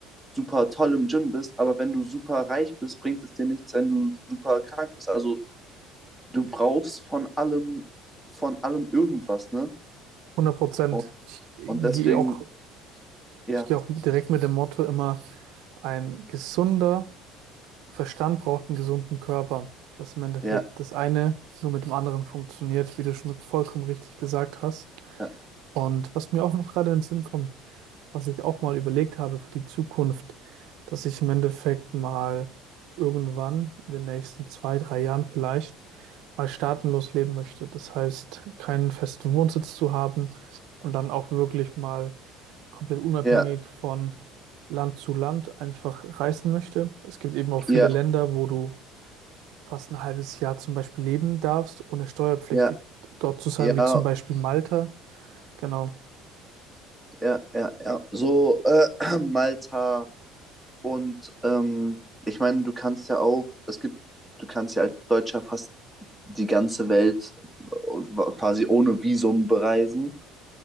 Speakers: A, in the centre; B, on the right (about 70°).
A: super toll im Gym bist, aber wenn du super reich bist, bringt es dir nichts, wenn du super krank bist. Also du brauchst von allem, von allem irgendwas, ne?
B: hundert Prozent.
A: Und,
B: Ich gehe
A: und deswegen,
B: auch,
A: ja,
B: ich gehe auch direkt mit dem Motto immer, ein gesunder Verstand braucht einen gesunden Körper. Dass im Endeffekt
A: ja,
B: das eine nur mit dem anderen funktioniert, wie du schon vollkommen richtig gesagt hast.
A: ja,
B: Und was mir auch noch gerade in den Sinn kommt, was ich auch mal überlegt habe für die Zukunft, dass ich im Endeffekt mal irgendwann in den nächsten zwei, drei Jahren vielleicht mal staatenlos leben möchte. Das heißt, keinen festen Wohnsitz zu haben und dann auch wirklich mal komplett unabhängig
A: ja,
B: von Land zu Land einfach reisen möchte. Es gibt eben auch viele
A: ja,
B: Länder, wo du fast ein halbes Jahr zum Beispiel leben darfst, ohne steuerpflichtig
A: ja,
B: dort zu sein,
A: ja,
B: wie zum Beispiel Malta. Genau.
A: ja, ja, ja. So, äh, <clears throat> Malta. Und ähm, ich meine, du kannst ja auch, es gibt, du kannst ja als Deutscher fast die ganze Welt äh, quasi ohne Visum bereisen.